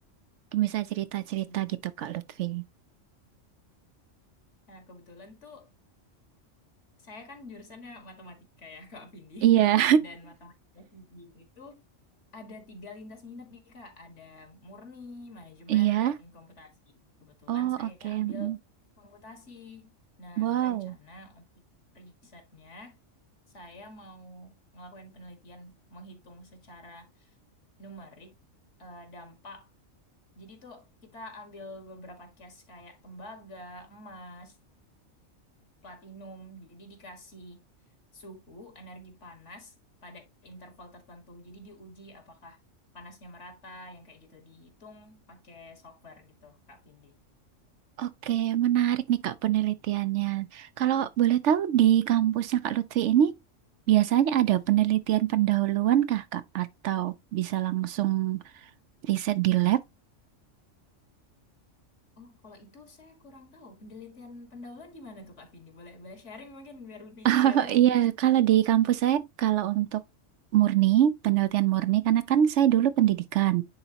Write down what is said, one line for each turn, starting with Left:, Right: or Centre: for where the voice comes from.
Right: Mungkin bisa cerita-cerita
Left: Hmm.
Right: gitu Kak Lutfi.
Left: Nah, kebetulan tuh Saya kan jurusannya matematika ya, Kak Vindi.
Right: Iya.
Left: <laughs> Dan matematika sendiri itu ada tiga lintas minat nih, Kak. Ada murni, manajemen,
Right: Iya.
Left: dan komputasi. Kebetulan
Right: Oh,
Left: saya
Right: oke.
Left: ambil
Right: Mm.
Left: komputasi. Nah,
Right: Wow.
Left: berencana untuk risetnya, saya mau ngelakuin penelitian menghitung secara numerik eh, dampak. Jadi tuh kita ambil beberapa case kayak tembaga, emas, platinum. Jadi dikasih suhu energi panas pada interval tertentu. Jadi diuji apakah panasnya merata yang kayak gitu dihitung pakai software gitu Kak Vindi.
Right: Oke, menarik nih Kak penelitiannya. Kalau boleh tahu di kampusnya Kak Lutfi ini biasanya ada penelitian pendahuluan kah Kak? Atau bisa langsung riset di lab?
Left: Oh, kalau itu saya kurang tahu. Penelitian pendahuluan gimana tuh Kak Vindi? Boleh boleh sharing mungkin biar lebih juga
Right: Oh
Left: tahu.
Right: iya, kalau di kampus saya, kalau untuk murni, penelitian murni, karena kan saya dulu pendidikan